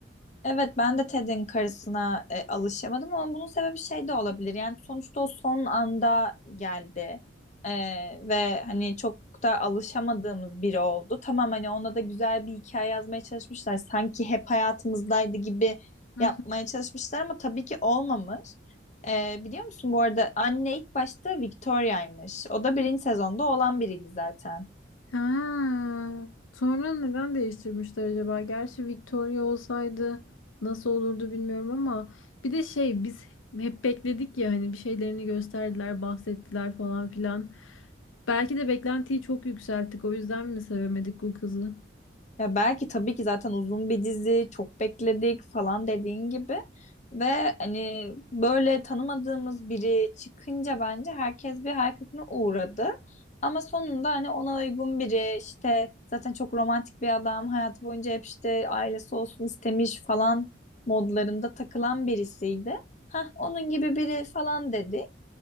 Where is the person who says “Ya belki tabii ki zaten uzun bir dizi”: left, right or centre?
Left